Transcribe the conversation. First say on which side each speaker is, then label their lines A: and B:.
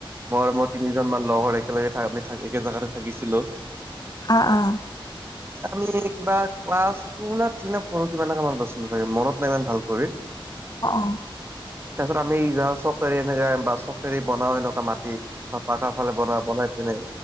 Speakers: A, on the right; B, on the left.
A: মৰমৰ তিনি কেইজনমান লগৰ একেলগে থা আমি একে জাগাতে থাকিছিলো।
B: আহ আহ
A: আমি কিবা ক্লাছ টু না থ্ৰী না ফ'ৰ কিমানত পঢ়িছিলোঁ ছাগে মনত নাই ইমান ভাল কৰি
B: অহঁ
A: তাৰ পিছত আমি যাওঁ চকেৰি এনেকাে বা চকেৰি বনাও এনেকুৱা মাটিত। বা পাকাৰ ফালে বনাই বনাই পিনে।